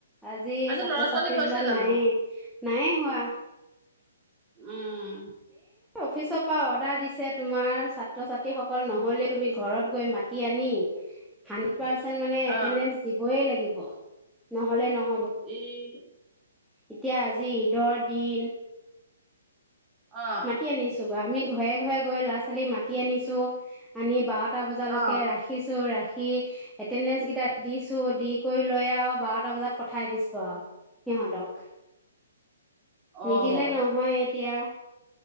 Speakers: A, in the centre; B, on the right (about 15°).
A: আজি ছাত্ৰ
B: ল'ৰা ছোৱালী
A: ছাত্ৰী
B: হৈছে
A: বিলাক
B: জানো?
A: নাইয়ে, নায়ে হোৱা।
B: উম'।
A: ফিচপ কিবা অৰ্ডাৰ দিছে তোমাৰ ছাত্ৰ ছাত্ৰীসকল নহ'লে তুমি ঘৰত গৈ মাতি আনি পাৰচেণ্ট মানে এটটেনেন্স
B: অ',
A: দিবইে লাগে ন'হলে নহ
B: এই
A: এতিয়া আজি ঈদৰ দিন।
B: অ',
A: মাতি আনিছোঁ। আমি ঘৰে ঘৰে গৈ ল'ৰা-ছোৱালী মাতি আনিছোঁ, আনি বাৰত এটা বজালৈকে
B: অ',
A: ৰাখিছোঁ। ৰাখি কি, এটেনডেঞ্চকেইটা দিছোঁ। দি কৰি লৈ আৰু বাৰটা বজাত পঠাই দিছোঁ আৰু সিহঁতক নিদিলে
B: অ',
A: নহয় এতিয়া।